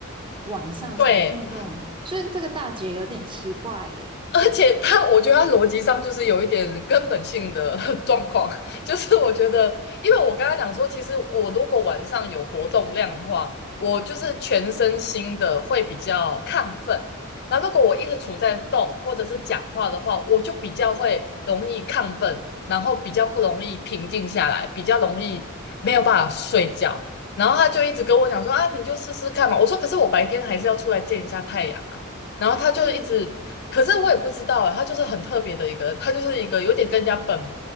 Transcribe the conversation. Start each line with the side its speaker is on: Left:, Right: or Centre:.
Right: 晚上才运动，
Left: 对，
Right: 所以这个大姐有点奇怪耶。
Left: 而且他，我觉得他逻辑上就是有一点根本性的 <laughs> 状况，就是我觉得，因为我刚才讲说，其实我如果晚上有活动量的话，我就是全身心的会比较亢奋。那如果我一直处在动或者是讲话的话，我就比较会容易亢奋，然后比较不容易平静下来，比较容易没有办法睡觉。然后他就一直跟我讲说啊，你就试试看嘛。我说可是我白天还是要出来见一下太阳啊。然后他就一直可是我也不知道哎，
Right: 对，
Left: 他就是很特别的一个，他就是一个有点跟人家本，